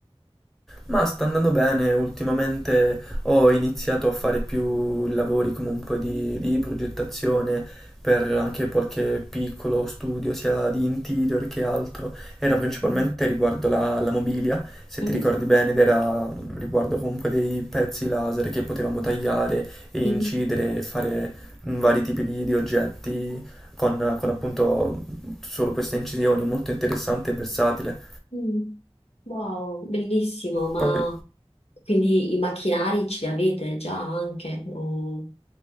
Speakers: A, in the centre; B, on the left (about 75°).
A: Ma sta andando bene, ultimamente ho iniziato a fare più lavori comunque di, di progettazione per anche qualche piccolo studio, sia di interior che altro. Era principalmente
B: Mhm.
A: riguardo la, la mobilia, se
B: Mhm.
A: ti ricordi bene, ed era mm, riguardo comunque dei pezzi laser che potevamo tagliare e incidere
B: Mhm.
A: e fare mm, vari tipi di, di oggetti con, con appunto solo queste incisioni, molto interessante e versatile.
B: Mm. Wow, bellissimo, ma
A: Poi
B: quindi i macchinari ce li avete già anche o